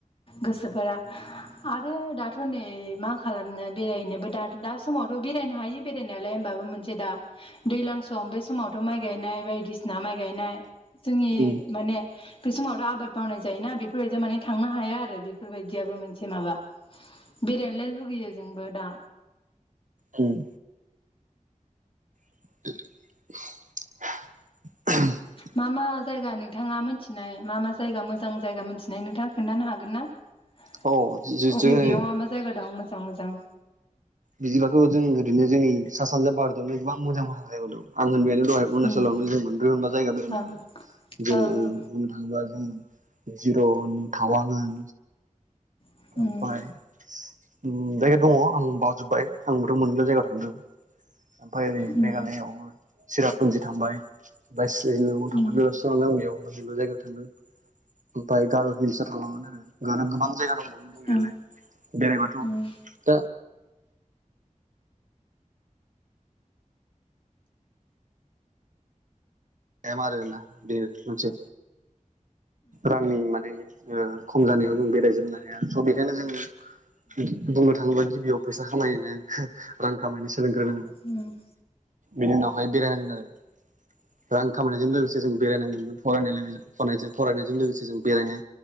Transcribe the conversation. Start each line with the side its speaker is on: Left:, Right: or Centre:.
Left: गोसोफोरा आरो दाथ' नै मा खालामनो बेरायनोबो दा दा समावथ' बेरायनो हायो बेरायनायालाय होनबाबो मोनसे दा दैज्लां सम बे समावथ' माइ गायनाय बायदिसिना माइ गायनाय जोंनि
Right: उम
Left: माने बे समावथ' आबाद मावनाय जायोना बेफोरबायदियाव माने थांनो हाया आरो बेफोरबायदियाबो मोनसे माबा बेरायलाय लुुबैयो जोंबो दा।
Right: उम। <unintelligible>
Left: मा मा जायगा नोंथाङा मोनथिनाय मा मा जायगा मोजां जायगा मिथिनाय नोंथाङा खोनथानो हागोन ना? अबे
Right: औ जोङो
Left: बबेयाव मा मा जा जायगा दं मोजां मोजां?
Right: बिदिबाथ' जों ओरैनो जोंनि सा सानजा भारतावनो गोबां मोजां मोजां जायगायाव दं आं होनबायानो दहाय अरूणाचलावनो
Left: ओम
Right: जों मोनब्रै मोनबा जायगा बेरायनो
Left: ओं
Right: हायो जेरै
Left: ओं ओं
Right: थाङोबा जोङो जिर'न थावां होन
Left: ओं
Right: ओमफाय उम जायगा दङ आं बावाजोब्बाय आंबोथ' मोनबाल' जायगायाव थांदों। ओमफाय ओरै
Left: ओं
Right: मेघालयावबो चिरापुन्जि थांबाय। फाय सिलंआव
Left: ओं
Right: थांबाय बेयावबो आं बेयाव मोनल' जायगायाव थादों। ओमफाय गार' हिल्सआव थांदोंमोन आरो आरो गोबां जायगा दंबावो दंनायालाय
Left: ओं
Right: बेरायबाथ'
Left: जों
Right: दा एम आरोना बेयो मोनसे रांनि माने ओ खम जानायाव जों बेरायजोबनो हाया स' बेखायनो जोङो बुंनो थाङोब्ला गिबियाव फैसा खामायनो रां खामायनो सोलोंग्रोनां
Left: उम।
Right: बिनि उनावहाय बेरायनांगोन आरो। रां खामायनायजों लोगोसे जों बेरायनांगोनबो। फरायनाय फनायजों फरायनायजों लोगोसे जों बेरायनो